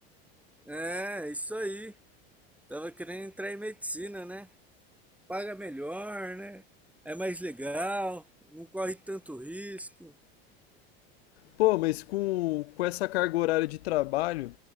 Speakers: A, in the centre; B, on the left.
A: É, isso aí. Tava querendo entrar em medicina, né? Paga melhor, né? É mais legal, não corre tanto risco.
B: Pô, mas com, com essa carga horária de trabalho,